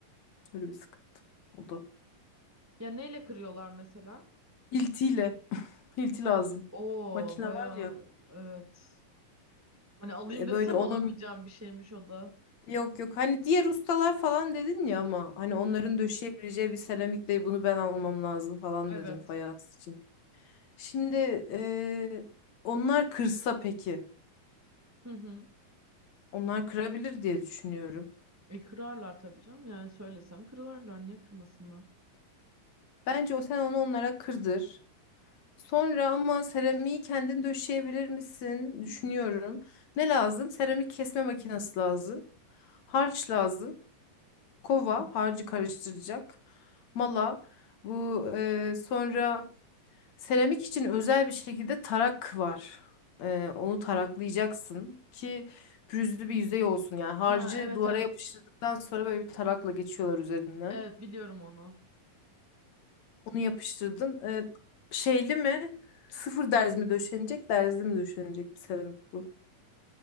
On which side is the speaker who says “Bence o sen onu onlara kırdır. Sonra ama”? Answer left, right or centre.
Left